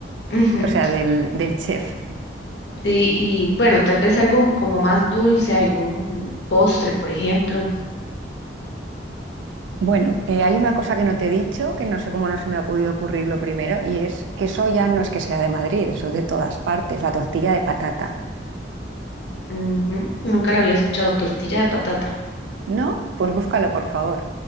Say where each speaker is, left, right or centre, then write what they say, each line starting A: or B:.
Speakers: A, on the right; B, on the left.
A: <laughs>
B: Ujú.
A: o sea, del, del chef.
B: Sí, y bueno, tal vez algo como más dulce, algún postre, por ejemplo.
A: Bueno, eh, hay una cosa que no te he dicho, que no sé cómo no se me ha podido ocurrir lo primero, y es que eso ya no es que sea de Madrid, eso es de todas partes, la tortilla de patata.
B: Ujú. Nunca lo había escuchado, tortilla de patata.
A: ¿No? Pues búscalo, por favor.